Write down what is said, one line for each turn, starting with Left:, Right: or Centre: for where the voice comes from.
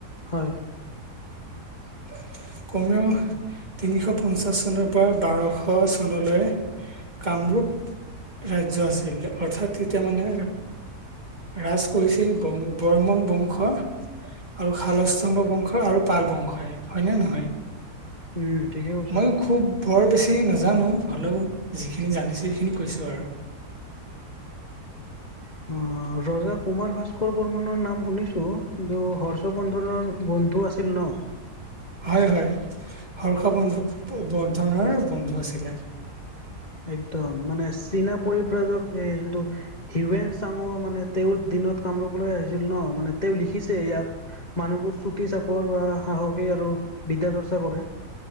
Left: হয়।
Right: <inaudible> কমেও তিনিশ পঞ্চাছ চনৰ পৰা বাৰশ চনলৈ কামৰূপ ৰাজ্য আছিল অৰ্থাৎ তেতিয়া মানে ৰাজ কৰিছিল বৰ্মন বংশ আৰু শালস্তম্ভ বংশ আৰু পাল বংশই হয়নে নহয়?
Left: উম ঠিকে কৈছা
Right: মইও খুব বৰ বেছি নাজানো হ'লেও যিখিনি জানিছোঁ সেইখিনি কৈছোঁ আৰু। <inaudible>
Left: অ ৰজা কুমাৰ ভাস্কৰ বৰ্মনৰ নাম শুনিছোঁ, কিন্তু হৰ্ষ বৰ্ধনৰ বন্ধু আছিল ন!
Right: হয়, হয়, হৰ্ষ বন্ধু বৰ্ধনৰ বন্ধু আছিলে।
Left: একদম, মানে চীনা পৰিব্ৰাজক এই যোনটো হিউৱেন চাঙৰ মানে তেওঁৰ দিনত কামৰূপলৈ আহিছিল ন, মানে তেওঁ লিখিছে ইয়াত মানুহবোৰ চুটি-চাপৰ বা সাহসিক আৰু বিদ্যা চৰ্চা কৰে।